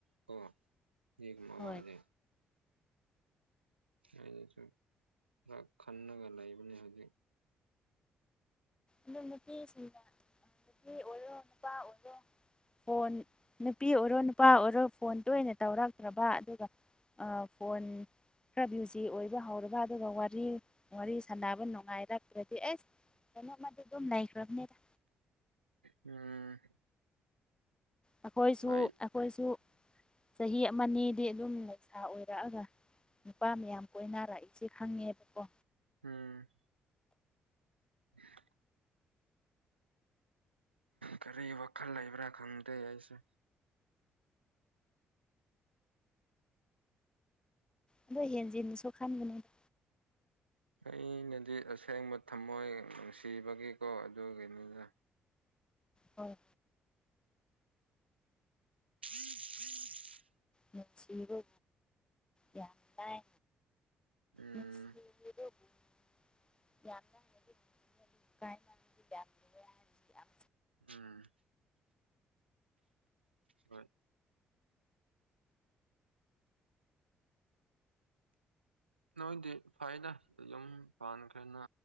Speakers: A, on the right; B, on the left.
A: ꯀꯣ <unintelligible>
B: ꯍꯣꯏ
A: ꯑꯩꯅꯁꯨ ꯈꯔ ꯈꯟꯂꯒ ꯂꯩꯕꯅꯤ ꯍꯧꯖꯤꯛ
B: ꯑꯗꯨ ꯅꯨꯄꯤꯁꯤꯡꯗ ꯅꯨꯄꯤ ꯑꯣꯏꯔꯣ ꯅꯨꯄꯥ ꯑꯣꯏꯔꯣ ꯐꯣꯟ ꯅꯨꯄꯤ ꯑꯣꯏꯔꯣ ꯅꯨꯄꯥ ꯑꯣꯏꯔꯣ ꯐꯣꯟ ꯇꯣꯏꯅ ꯇꯧꯔꯛꯇ꯭ꯔꯕ ꯑꯗꯨꯒ ꯐꯣꯟ ꯈꯔ ꯚ꯭ꯌꯨꯖꯤ ꯑꯣꯏꯕ ꯍꯧꯔꯕ ꯑꯗꯨꯒ ꯋꯥꯔꯤ ꯋꯥꯔꯤ ꯁꯥꯟꯅꯕ ꯅꯨꯡꯉꯥꯏꯔꯛꯇ꯭ꯔꯥꯗꯤ ꯑꯩꯁ ꯀꯩꯅꯣꯃꯗꯤ ꯗꯨꯝ ꯂꯩꯈ꯭ꯔꯥꯅꯤꯗ
A: ꯎꯝ
B: ꯑꯩꯈꯣꯏꯁꯨ
A: ꯑꯩ
B: ꯑꯩꯈꯣꯏꯁꯨ ꯆꯍꯤ ꯃꯅꯤꯗꯤ ꯑꯗꯨꯝ ꯂꯩꯩꯁꯥ ꯑꯣꯏꯔꯛꯑꯒ ꯅꯨꯄꯥ ꯃꯌꯥꯝ ꯀꯣꯏꯅꯔꯛꯏꯁꯦ ꯈꯪꯉꯦꯕꯀꯣ
A: ꯎꯝ <unintelligible> ꯀꯔꯤ ꯋꯥꯈꯜ ꯂꯩꯕ꯭ꯔꯥ ꯈꯪꯗꯦ ꯑꯩꯁꯦ
B: ꯑꯗꯣ ꯍꯦꯟꯖꯤꯟꯅꯁꯨ ꯈꯟꯒꯅꯨꯗ
A: ꯑꯩꯅꯗꯤ ꯑꯁꯦꯡꯕ ꯊꯝꯃꯣꯏ ꯅꯨꯡꯁꯤꯕꯒꯤꯀꯣ ꯑꯗꯨꯒꯤꯅꯤꯅ
B: ꯍꯣꯏ
A: <unintelligible>
B: ꯃꯁꯤꯔꯣ ꯌꯥꯝ ꯇꯥꯏ
A: ꯎꯝ
B: <unintelligible> <unintelligible>
A: ꯎꯝ ꯍꯣꯏ ꯅꯣꯏꯗꯤ ꯐꯩꯅ ꯌꯨꯝ ꯄꯥꯟꯈ꯭ꯔꯦꯅ